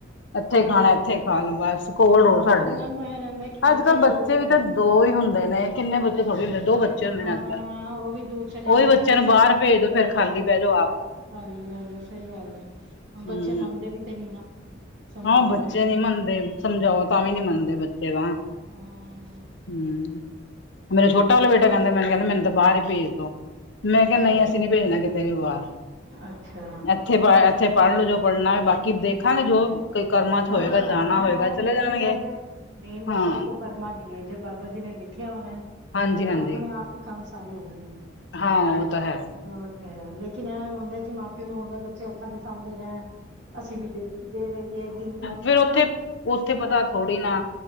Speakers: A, on the left (about 60°); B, on the right (about 60°).
A: ਏਥੇ
B: ਕੋਲ
A: ਖਾਨਾ,
B: ਰਹੋ
A: ਏਥੇ ਖਾ ਲੋ, ਬਸ ਕੋਲ ਰਹੋ
B: ਬਸ
A: ਸਾਡੇ।
B: ਉਹਨਾਂ ਨੂੰ ਇਹ ਰਹਿੰਦਾ ਕਿ
A: ਅੱਜ ਕਲ ਬੱਚੇ
B: ਕੋਲ
A: ਵੀ
B: ਰਹਿਣ
A: ਤਾਂ ਦੋ ਹੀ ਹੁ ਹੁੰਦੇ ਨੇ ਕਿੰਨੇ ਬੱਚੇ ਥੋੜੇ ਹੁੰਦੇ, ਦੋ ਬੱਚੇ ਹੁੰਦੇ
B: ਹਾਂ
A: ਨੇ ਅੱਜਕਲ।
B: ਉਹ ਵੀ ਦੂਰ ਚਲੇ ਜਾਣ
A: ੳਹੀ ਬੱਚਿਆਂ
B: ਤੇ ਫਿਰ
A: ਨੂੰ ਬਾਹਰ ਭੇਜ ਫੇਰ ਖਾਲੀ ਬੈਜੋ ਆਪ।
B: ਖਾਲੀ ਰਹ ਜੋ, ਸਹੀ ਗੱਲ ਏ। ਹੁਣ ਬੱਚੇ
A: ਹਮ
B: ਮੰਨਦੇ ਵੀ ਤੇ ਨੀ ਨਾ। ਸਮਝਾਓ
A: ਹਾਂ, ਬੱਚੇ
B: ਬੱਚਿਆਂ
A: ਨੀ
B: ਨੂੰ
A: ਮੰਨਦੇ।
B: ਤੇ
A: ਸਮਝਾਓ ਤਾਂ ਵੀ ਨੀ ਮੰਨਦੇ ਬੱਚੇ ਤਾਂ।
B: ਹਾਂ।
A: ਹੂੰ, ਮੇਰਾ ਛੋਟਾ ਵਾਲਾ ਬੇਟਾ ਕਹੰਦਾ, ਮੈਨੂੰ ਕਹੰਦਾ ਮੈਨੂੰ ਤਾਂ ਬਾਹਰ ਹੀ ਭੇਜ ਦੋ। ਮੈਂ
B: ਅੱਛਾ
A: ਕਿਹਾ, ਨਈ ਅਸੀ ਨੀ ਭੇਜਨਾ ਕਿਤੇ ਵੀ ਬਾਹਰ।
B: ਅੱਛਾ।
A: ਏਥੇ ਪ ਏਥੇ ਪਢ਼ ਲੋ ਜੋ ਪਢ਼ਨਾ ਐ, ਬਾਕੀ ਦੇਖਾਂਗੇ ਜੋ ਕੋਈ ਕਰਮਾਂ ਚ ਹੋਏਗਾ
B: ਹਾਂ
A: ਜਾਣਾ
B: ਹਾਂ
A: ਹੋਏਗਾ
B: ੳ
A: ਚਲੇ
B: ਮੇਨ
A: ਜਾਣਗੇ
B: ਗੱਲ ਤੇ, ਮੇਨ ਗੱਲ
A: ਹਾਂ
B: ਤੇ ਦੇਖੋ ਕਰਮਾ ਦੀ ਏ, ਜੇ ਬਾਬਾ ਜੀ ਨੇ ਲਿਖਿਆ ਹੋਨਾ
A: ਹਾਂਜੀ
B: ਤੇ
A: ਹਾਂਜੀ
B: ਅਪਨੇ ਆਪ ਈ ਕੰਮ ਸਾਰੇ ਹੋ ਜਾਣੇ ਨੇ,
A: ਹਾਂ ਉਹ ਤਾਂ ਹੈ
B: ਹੋਰ ਏ ਲੇਕਿਨ ਇਹ ਹੁੰਦਾ ਏ ਕਿ ਮਾਂ-ਪਿਓ ਨੂੰ ਹੁੰਦਾ ਬੱਚੇ ਅੱਖਾਂ ਦੇ ਸਾਹਮਣੇ ਰਹਣ। ਅਸੀ ਵੀ ਦੇਖੀ ਦੇ ਰਹੀਏ, ਦਿਲ
A: ਫੇਰ ਉੱਥੇ ਉੱਥੇ ਪਤਾ ਥੋੜ੍ਹੀ ਨਾ